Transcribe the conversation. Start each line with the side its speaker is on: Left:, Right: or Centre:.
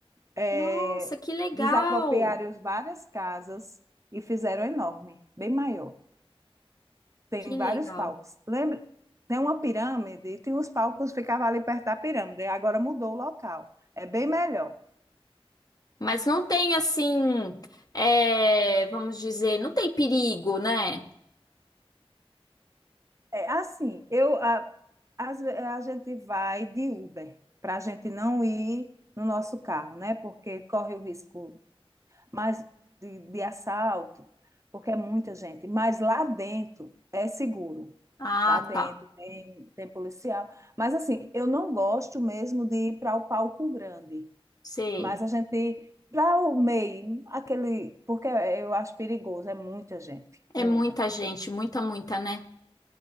Right: é,
Left: Nossa, que legal.
Right: desapropriaram as várias casas e fizeram enorme, bem maior. Tem
Left: Que legal.
Right: vários palcos. Lembra? Tem uma pirâmide e tem os palcos que ficavam ali perto da pirâmide. Agora mudou o local. É bem melhor.
Left: Mas não tem assim, é, vamos dizer, não tem perigo, né?
Right: É assim, eu a, as- a gente vai de Uber para a gente não ir no nosso carro, né? Porque corre o risco mas de, de assalto, porque é muita gente. Mas lá dentro é seguro.
Left: Ah,
Right: Lá dentro
Left: tá.
Right: tem, tem policial. Mas assim, eu não gosto mesmo de ir para o palco grande.
Left: Sei.
Right: Mas a gente, para o meio, aquele. Porque eu acho perigoso, é muita gente.
Left: É
Right: Muita.
Left: muita gente, muita, muita, né?